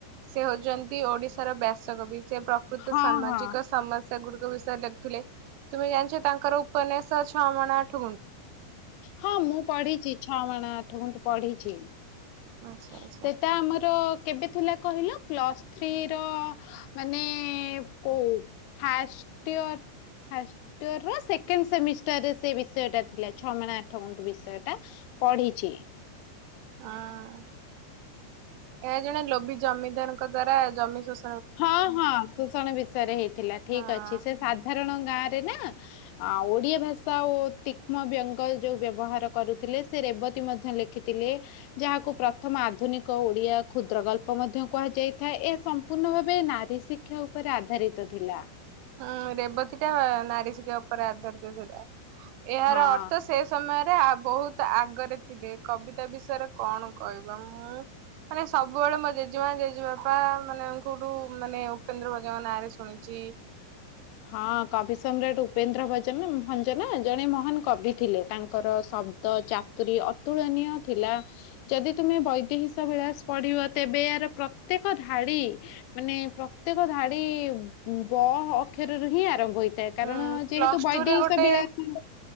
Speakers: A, on the right (about 85°); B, on the left (about 85°).
A: ସେ ହଉଛନ୍ତି ଓଡିଶାର ବ୍ୟାସ କବି। ସେ ପ୍ରକୃତ
B: ହଁ
A: ସାମାଜିକ
B: ହଁ।
A: ସମସ୍ୟା ଗୁଡିକ ବିଷୟରେ ଲେଖୁଥିଲେ। ତୁମେ ଜାଣିଛ ତାଙ୍କର ଉପନ୍ୟାସ ଛଅ ମଣା ଆଠ ଗୁଣ୍ଡୁ
B: ହଁ ମୁଁ ପଢିଛି ଛଅ ମାଣ ଆଠ ଗୁଣ୍ଡୁ ପଢିଛି।
A: ଆଚ୍ଛା
B: ସେଟା
A: ଆଚ୍ଛା
B: ଆମର କେବେ ଥିଲା କହିଲ ପ୍ଲସ୍ ଥ୍ରୀ ର ମାନେ କୋଉ ଫାଷ୍ଟ ଇୟର ଫାଷ୍ଟ ଇୟରର ସେକେଣ୍ଡ ସେମିଷ୍ଟରରେ ସେ ବିଷୟଟା ଥିଲା ଛଅ ମାନ ଆଠ ଗୁଣ୍ଡୁ ବିଷୟଟା ପଢ଼ିଛି।
A: ହଁ ଏହା ଜଣେ ଲୋଭିି ଜମିଦାରଙ୍କ ଦ୍ଵାରା ଜମି ଶୋ
B: ହଁ ହଁ ଶୋଷଣ ବିଷୟରେ ହେଇଥିଲା ଠିକ
A: ହଁ।
B: ଅଛି ସେ ସାଧାରଣ ଗାଁ ରେ ନା ଆଉ ଓଡିଆ ଭାଷା ଓ ତୀକ୍ଷ୍ମ ବ୍ୟଙ୍ଗ ଯୋଉ ବ୍ୟବହାର କରୁଥିଲେ ସେ ରେବତୀ ମଧ୍ୟ ଲେଖି ଥିଲେ ଯାହାକୁ ପ୍ରଥମ ଆଧୁନିକ ଓଡିଆ କ୍ଷୁଦ୍ର ଗଳ୍ପ ମଧ୍ୟ କୁହାଯାଇଥାଏ। ଏହା ସ ସମ୍ପୂର୍ଣ୍ଣ ଭାବେ ନାରୀ ଶିକ୍ଷା ଉପରେ ଆଧାରିତ ଥିଲା।
A: ହଁ ରେବତୀ ଟା ନାରୀଶିକ୍ଷା ଉପରେ ଆଧାରିତ ଥିଲା। ଏହାର
B: ହଁ।
A: ଅର୍ଥ ସେ ସମୟରେ ଆ ବହୁତ ଆଗରେ ଥିଲେ କବିତା ବିଷୟରେ କଣ କହିବା ମୁଁ ମାନେ ସବୁବେଳେ ମୋ ଜେଜେମା ଜେଜେବାପା ମାନେ କୋଉଠୁ ମାନେ ଉପେନ୍ଦ୍ର ଭଞ୍ଜଙ୍କ ନାଁରେ ଶୁଣିି ଚି
B: ହଁ କବି ସମ୍ରାଟ ଉ ଉପେନ୍ଦ୍ର ଭଞ୍ଜନା ଭଞ୍ଜନା ଜଣେ ମହାନ କବି ଥିଲେ ତାଙ୍କର ଶବ୍ଦ ଚାତୁରୀ ତୁଳନୀୟ ଥିଲା। ଯଦି ତୁମେ ବୈଦହଶ ବିଳାସ ପଢିବ ତେବେ ଏହାର ପ୍ରତ୍ୟେକ ଧାଡି ମାନେ ପ୍ରତ୍ୟେକ ଧାଡି ବ ଅକ୍ଷରରୁ ହିଁ ଆରମ୍ଭ ହୋଇ କାରଣ
A: ଉଁ
B: ଯେହେତୁ
A: ପ୍ଲସ
B: ବୈଦ
A: ଟୁ ରେ ଗୋଟେ
B: ବିଳାସ